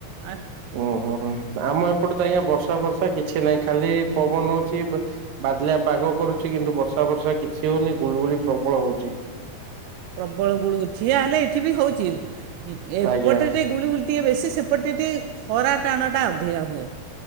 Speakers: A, on the right; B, on the right.
A: ଆ
B: ଓହୋ ଆମ ଏପଟେ ତ ଆଜ୍ଞା ବର୍ଷା ଫର୍ଷା କିଛି ନାହିଁ ଖାଲି ପବନ ହଉଛି ବ ବାଦଲିଆ ପାଗ କରୁଛି କିନ୍ତୁ ବର୍ଷା ଫର୍ଷା କିଛି ହଉନି ଗୁଳିଗୁଳି ପ୍ରବଳ ହଉଛି।
A: ପ୍ରବଳ ଗୁଳକୁ ଠିଆ ହେଲେ ଏଠି ବି ହଉଛି ଏପଟେ
B: ଆଜ୍ଞା
A: ଯେ ଗୁଳିୁଗୁଳି ଟିକିଏ ବେଶୀ ସେପଟେ ଟିକେ ଖରା ଟାଣଟା ଅଧିକା ହୁଏ।